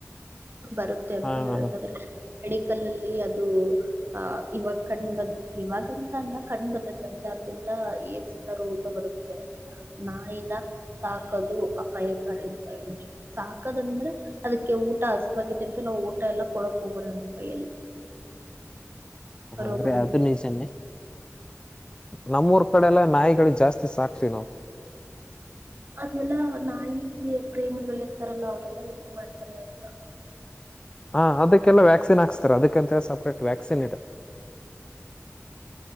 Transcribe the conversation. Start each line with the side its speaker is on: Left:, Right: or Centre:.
Right: ಬರುತ್ತೆ ಅಂತ
Left: ಹಾ
Right: ಹೇಳ್ತಾದ್ರೆ
Left: ಹಾ,
Right: ಮಡಿಕಲ್ಲ್ಲಲಿ ಅದು ಆ ಇವಾಗ ಕಣ್ ಬಂದ ಇವಾಗಂತ ಅಲ್ಲ ಕಣ್ ಬಂದತ್ತ ಅಂತ ಅದ್ರಿಂದ ನ್ನ ರೋಗ ಬರುತ್ತೆ ಅಂತ ನಾಯಿನ ಸಾಕದು ಅಪಾಯಕಾರಿ ಅಂತ ಹೇಳ್ರಿ ಸಾಕದಂದ್ರೆ ಅದಕ್ಕೆ ಊಟ ಹಸವಾಗೈತಿ ಅಂತ ನಾವು ಊಟ ಎಲ್ಲಾ ಕೊಡಕ್ ಹೋಗಬಡದ ಅಂತ ಕೈಯಲ್ಲಿ
Left: ಅಂದ್ರೆ
Right: ರೋಗ ಬರುತ್ತೆ
Left: ಅಧು ನೀಜನೆೇ ನಮ್ಮೂರ್ ಕಡೆ ಎಲ್ಲಾ ನಾಯಿಗಳು ಜಾಸ್ತಿ ಸಾಕ್ಥೀವ್ ನಾವು
Right: ಅದೆಲ್ಲ ನಾಯಿ ಪ್ರೇಮಿಗಳ ಇರ್ತಾರಲ್ಲ ಅವರೆಲ್ಲಾ ಹೆಂಗ್ ಮಾಡ್ತಾರೆ ಅಂತ
Left: ಹಾ ಅದಕ್ಕೆಲ್ಲ ವ್ಯಾಕ್ಸಿನ್ ಹಾಕ್ಸ್ತಾರೆ ಅದಕ್ಕಂತ ಹೇಳ ಸಪ್ರೇಟ್ ವ್ಯಾಕ್ಸನ್ ಇದ